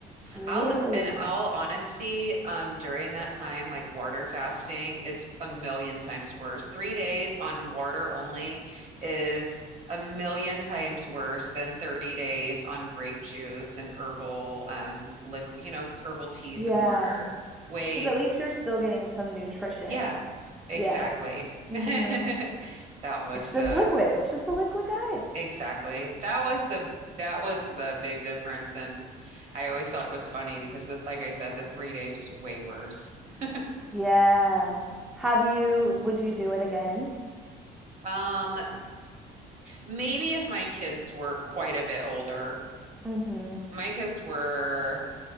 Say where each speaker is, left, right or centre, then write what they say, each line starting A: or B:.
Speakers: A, in the centre; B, on the right (about 45°).
A: Really?
B: I'll, in all honesty, um, during that time, like water fasting is a million times worse. Three days on water only is a million times worse than 30 days on grape juice and herbal, um, liq you know, herbal teas
A: Yeah.
B: and water. Way,
A: Because at least you're still getting some nutrition.
B: yeah, exactly.
A: Yeah. Mm-hmm.
B: <laughs> That was
A: It's
B: the
A: just liquid. It's just a liquid diet.
B: Exactly. That was the that was the big difference and I always thought it was funny because the, like I said, the three days was way worse. <laughs>
A: Yeah. Have you, would you do it again?
B: Um, maybe if my kids were quite a bit older.
A: Mm-hmm.
B: My kids were